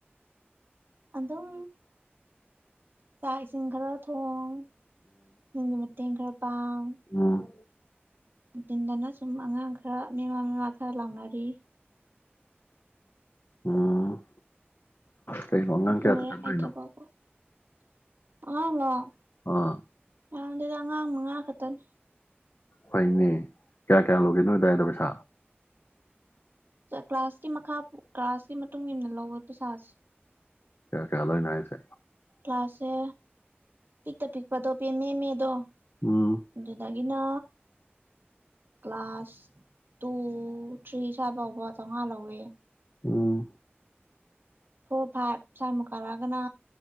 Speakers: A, on the right (about 60°); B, on the left (about 65°).
A: ꯑꯗꯨꯝ ꯆꯥꯛ ꯏꯁꯤꯡ ꯈꯔ ꯊꯣꯡ ꯌꯨꯝꯒꯤ ꯃꯇꯦꯡ ꯈꯔ ꯄꯥꯡ
B: ꯎꯝ
A: ꯅꯨꯡꯊꯤꯟꯗꯅ ꯁꯨꯝ ꯑꯉꯥꯡ ꯈꯔ ꯃꯦꯃꯥ ꯃꯦꯃꯥ ꯈꯔ ꯂꯥꯎꯅꯔꯤ
B: ꯎꯝ ꯀꯩꯅꯣ ꯑꯉꯥꯡ
A: ꯂꯣꯏꯔꯦ
B: ꯀꯌꯥꯗ ꯆꯠꯇꯣꯏꯅꯣ
A: ꯑꯩ ꯊꯕꯛꯄꯨ <unintelligible>
B: ꯑꯥ
A: ꯌꯥꯝꯗꯦꯗ ꯑꯉꯥꯡ ꯃꯉꯥ ꯈꯛꯇꯅꯤ
B: ꯍꯣꯏꯅꯦ ꯀꯌꯥ ꯀꯌꯥ ꯂꯧꯒꯦ ꯅꯣꯏ ꯑꯗꯥꯏꯗ ꯄꯩꯁꯥ
A: ꯀ꯭ꯂꯥꯁꯀꯤ ꯃꯈꯥ ꯀ꯭ꯂꯥꯁꯀꯤ ꯃꯇꯨꯡ ꯏꯟꯅ ꯂꯧꯧꯕ ꯄꯩꯁꯥꯁꯦ
B: ꯀ ꯈꯌꯥꯂꯅꯅꯥꯑꯁ
A: ꯀꯪꯂꯥꯁꯦ ꯄꯤꯛꯇ ꯄꯤꯛꯄꯗꯣ ꯄꯦꯝꯃꯦꯃꯦꯗꯣ
B: ꯎꯝ
A: ꯑꯗꯨꯗꯒꯤꯅ ꯀ꯭ꯂꯥꯁ ꯇꯨ ꯊ꯭ꯔꯤ ꯁ꯭ꯋꯥꯏꯐꯥꯎꯕ ꯆꯥꯝꯃꯉꯥ ꯂꯧꯋꯦ
B: ꯑꯣꯥ
A: ꯐꯣꯔ ꯐꯥꯏꯚ ꯁꯔꯃꯨꯛ ꯀꯥꯔꯛꯑꯒꯅ